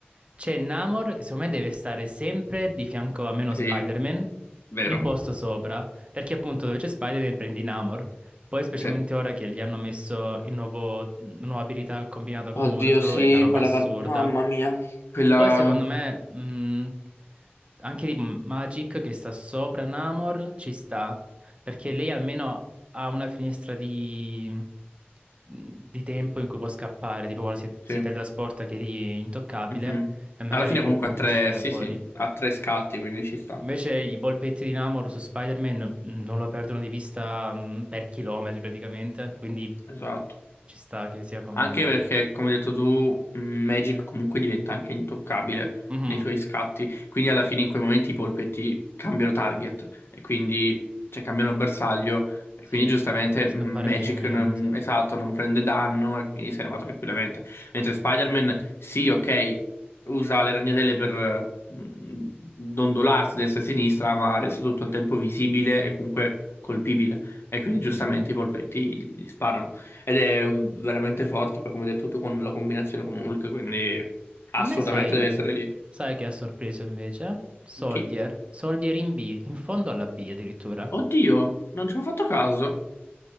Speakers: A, on the right; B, on the left.
A: c'è Namor che secondo me deve stare sempre di fianco a meno Spider-Man,
B: Sì. Vero.
A: un posto sopra, perché appunto dove c'è Spider-Man prendi Namor. Poi specialmente
B: Sì.
A: ora che gli hanno messo il nuovo, la nuova abilità combinata con
B: Oddio,
A: Hulk,
B: sì,
A: è una roba
B: quella
A: assurda.
B: cap- Mamma mia. Quella...
A: Poi secondo me mh, anche di Magic che sta sopra Namor ci sta, perché lei almeno ha una finestra di, di tempo in cui può scappare, tipo quando si, si
B: Sì.
A: teletrasporta che lì è intoccabile
B: Mhm.
A: e magari
B: Alla fine
A: può
B: comunque
A: appunto
B: ha tre...
A: uscire
B: Sì,
A: fuori.
B: sì, ha tre scatti, quindi ci sta.
A: Invece i polpetti di Namor su Spider-Man non lo perdono di vista mh, per chilometri praticamente, quindi
B: Esatto.
A: ci sta che sia come...
B: Anche perché, come hai detto tu, mh, Magic comunque diventa anche intoccabile
A: Mhm,
B: nei suoi scatti. Quindi alla fine in quei momenti i polpetti cambiano target e quindi cioè, cambiano bersaglio. E
A: sì,
B: quindi giustamente
A: può scappare
B: mh, Magic
A: facilmente.
B: non- esatto, non prende danno e quindi se ne va tranquillamente. Mentre Spider-Man, sì, ok, usa le ragnatele per mh, dondolarsi destra e sinistra, ma resta tutto il tempo visibile e comunque colpibile. E quindi giustamente
A: Mhm.
B: i polpetti gli gli sparano. Ed è veramente forte, poi come hai detto tu, con la combinazione con Hulk, quindi assolutamente
A: A me sai,
B: deve essere lì.
A: sai che ha sorpreso invece? Soldier,
B: Chi?
A: Soldier in B, in fondo alla B addirittura.
B: Oddio, non ci ho fatto caso.